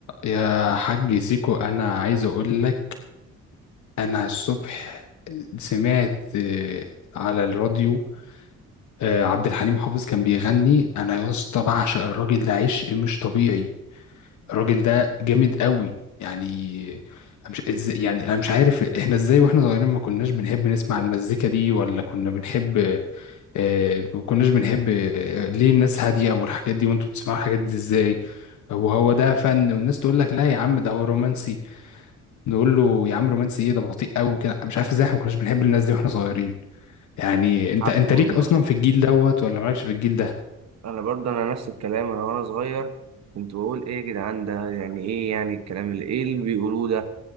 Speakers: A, on the left; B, on the right.
A: يا حاج سيكو انا عايز اقول لك انا الصبح سمعت آه، على الراديو آه، عبد الحليم حافظ كان بيغني انا يا اسطى بعشق الراجل ده عشق مش طبيعي الراجل ده جامد قوي يعني أنا مش ازاي يعني انا مش عارف احنا ازاي واحنا صغيرين ما كناش بنحب نسمع المزيكا دي ولا كنا بنحب آه، ما كناش بنحب آه، ليه الناس هادية والحاجات دي وانتوا بتسمعوا الحاجات دي ازاي وهو ده فن والناس تقول لك لا يا عم ده هو رومانسي نقول له يا عم رومانسي ايه ده بطيء قوي كده مش عارف ازاي احنا ما كناش بنحب الناس دي واحنا صغيرين يعني انت
B: حق
A: انت
B: والله
A: ليك اصلا في الجيل دوت ولا مالكش في الجيل ده
B: انا برضه انا نفس الكلام انا وانا صغير كنت بقول ايه يا جدعان ده يعني ايه يعني الكلام اللي ايه اللي بيقولوه ده